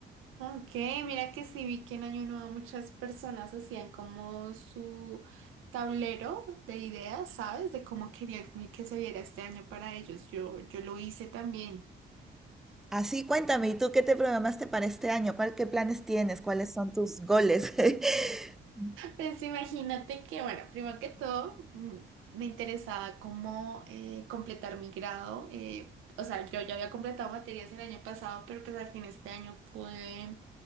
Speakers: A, on the right; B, in the centre.
A: Ok, mira que sí vi que en Año Nuevo muchas personas hacían como su tablero de ideas, ¿sabes? De cómo querían que se viera este año para ellos. Yo, yo lo hice también.
B: Así, cuéntame, ¿y tú qué te programaste para este año? ¿Cuál, qué planes tienes? ¿Cuáles son tus goles? <laughs>
A: Pues imagínate que, bueno, primero que todo, mm, me interesaba cómo eh, completar mi grado. eh, o sea, yo ya había completado materias el año pasado, pero pues al fin este año pude